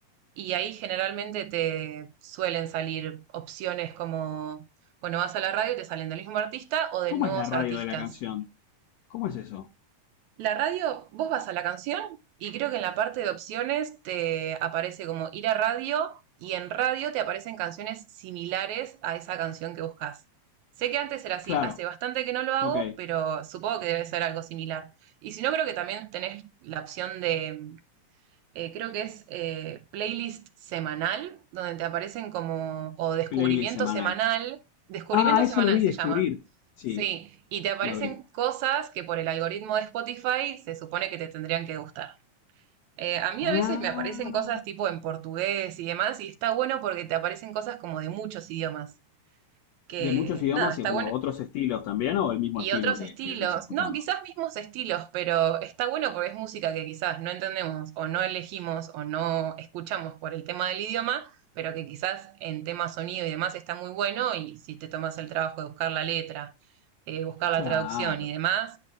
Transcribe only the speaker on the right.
y ahí generalmente te suelen salir opciones como, bueno, vas a la radio y te salen del mismo artista o de
nuevos
artistas.
La radio, vos vas a la canción y creo que en la parte de opciones te aparece como ir a radio y en radio te aparecen canciones similares a esa canción que buscas. Sé que antes era así,
hace bastante que no lo hago,
pero supongo que debe ser algo similar. Y si no, creo que también tenés la opción de eh, creo que es eh, playlist semanal, donde te aparecen como, o descubrimiento
semanal, descubrimiento
semanal
se
llama,
sí, y te aparecen
cosas que por el algoritmo de Spotify se supone que te tendrían que gustar. Eh, a mí
a veces me aparecen cosas tipo en portugués y demás, y está bueno porque te aparecen cosas como de muchos idiomas, que
nada, está
bueno,
y
otros
estilos,
no, quizás mismos estilos, pero está bueno porque es música que quizás no entendemos o no elegimos o no escuchamos por el tema del idioma, pero que quizás en tema sonido y demás está muy bueno y si te tomas el trabajo de buscar la letra, eh, buscar la
traducción y demás,